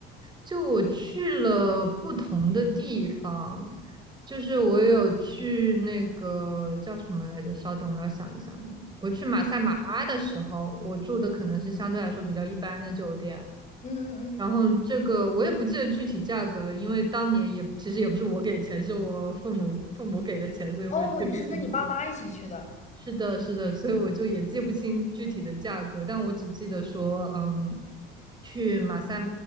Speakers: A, on the right; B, on the left.
A: 就我去了不同的地方，就是我有去那个叫什么来着？稍等，我要想一下名字。我去马赛马拉的时候，我住的可能是相对来说比较一般的酒店，
B: 嗯嗯嗯，
A: 然后这个我也不记得具体价格，因为当年也其实也不是我给钱，是我父母父母给的钱，所以我也记不清楚。
B: 哦，你是跟你爸妈一起去的，
A: 是的，是的，所以我就也记不清具体的价格，但我只记得说，嗯，去马赛